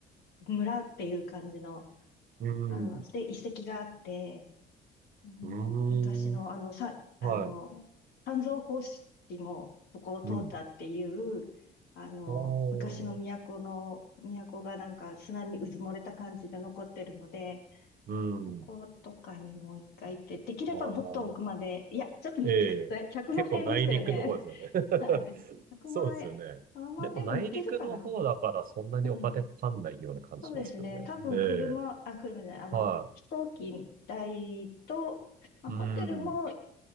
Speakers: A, on the left; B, on the right.
A: 村っていう感じの、
B: うん。
A: あの、
B: う
A: で、遺跡があって、うん、
B: ーん。
A: 昔のあの、さ、あの、
B: はい。
A: 三蔵法師もそこを通ったっていう、
B: うん。
A: あの、
B: ああ。
A: 昔の都の、都がなんか砂にうずもれた感じで残ってるので、
B: うん。
A: そことかにもう一回行って、できればもっと奥まで、
B: ああ。
A: いや、ちょっと待ってください。
B: ええ、
A: 100万円でしたよね。
B: 結構内陸の方ですよね。<laughs>
A: <laughs> はい。100万円。
B: そうですよね。
A: あ、まあでも行けるかな。
B: でも内陸の方だからそんなにお金かかんないような感じしますけどね。
A: うん。そうですね。多分車、
B: ええ、
A: あ、車じゃない、あの、
B: は
A: 飛行機代と、まあ、
B: い。
A: ホテルも
B: うん、